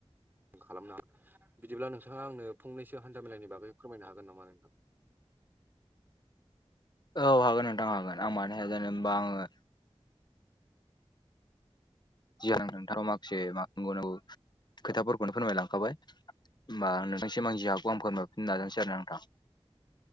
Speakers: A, on the right (about 20°); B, on the left (about 40°).
A: खालामनो हायो बिदिब्ला नोंथाङा आंनो फंनैसो हान्था मेलानि बागै फोरमायनो हागोन नामा नोंथां?
B: औ हागोन नोंथां हागोन आं मानो हाया जानोे हबा आङो जियानो नोंथाङा माखासे बुंनांगौ खोथाफोरखौनो फोरमायलांखाबाय। होमबा आं नोंथां सिम जि हाखौ आं फोरमायफिन नाजानोसै आरो नोंथां।